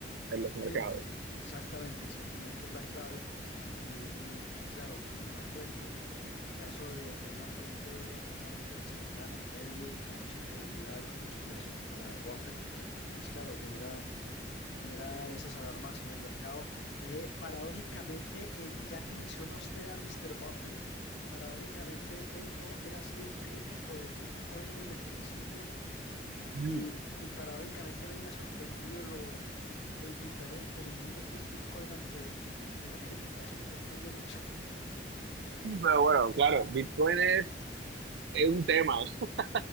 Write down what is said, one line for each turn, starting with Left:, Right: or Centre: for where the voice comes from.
Right: en los mercados.
Left: Sí, exactamente, el sentimiento es la clave y, y- y claro, la fuente. En el caso de, de una fuente altamente respetada en el medio y con mucha credibilidad y con mucho peso como la de Buffett, pues claro, genera, genera esas alarmas en el mercado. Eh, paradójicamente, en- ya que menciona usted a Mr. Buffett, paradójicamente él no, él ha sido un crítico de Bitcoin desde el principio
Right: Mm.
Left: y, y paradójicamente a mí me ha sorprendido lo, lo indiferente, lo inmune que es Bitcoin ante, ante la crítica. Eso me sorprende mucho.
Right: Pero bueno, claro, Bitcoin es, es un tema, <laughs>